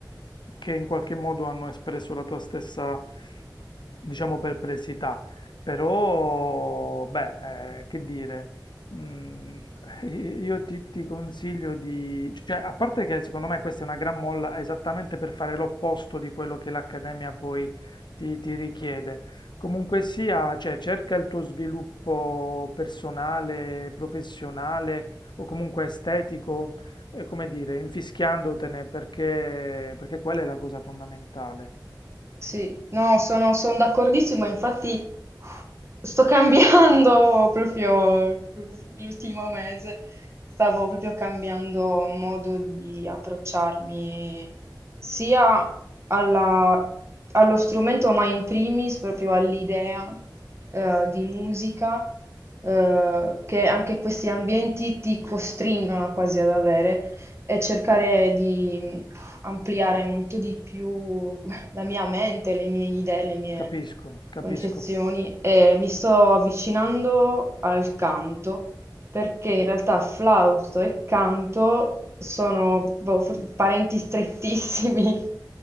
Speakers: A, on the left; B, on the right.
A: che in qualche modo hanno espresso la tua stessa, diciamo, perplessità. Però, beh, eh, che dire, mm, io ti, ti consiglio di, cioè, a parte che secondo me questa è una gran molla esattamente per fare l'opposto di quello che l'Accademia poi ti, ti richiede. Comunque sia, cioè, cerca il tuo sviluppo personale, professionale o comunque estetico eh, come dire, infischiandotene perché, perché quella è la cosa fondamentale.
B: sì, no, sono, sono d'accordissimo, infatti. Sto cambiando <laughs> proprio l'ultimo mese, stavo proprio cambiando modo di approcciarmi sia alla- allo strumento, ma in primis proprio all'idea eh, di musica eh, che anche questi ambienti ti costringono quasi ad avere e cercare di mm, ampliare molto di più la mia mente, le mie idee, le mie
A: Capisco, capisco.
B: concezioni e mi sto avvicinando al canto perché in realtà flausto e canto sono boh, for- parenti strettissimi. <laughs>